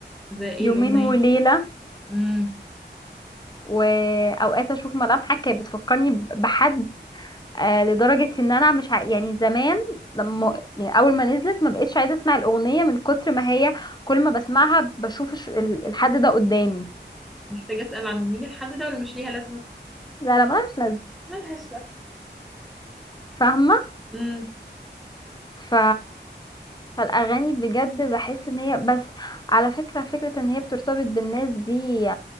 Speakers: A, in the centre; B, on the left.
A: زي ايه
B: يومين
A: الاغنيه
B: وليلة
A: امم
B: واوقات اشوف ملامحك كانت بتفكرني بحد آه لدرجة ان انا مش ع... يعني زمان لما يعني اول ما نزلت ما بقتش عايزة اسمع الاغنية من كتر ما هي كل ما بسمعها بشوف الش- ال- الحد ده قدامي
A: محتاجة أسأل عن مين الحد ده ولا مش ليها لازمة
B: لا لا ملهاش لازمة
A: ملهاش لازمة
B: فاهمة
A: امم
B: ف فالاغاني بجد بحس ان هي بس على فكرة فكرة ان هي بترتبط بالناس دي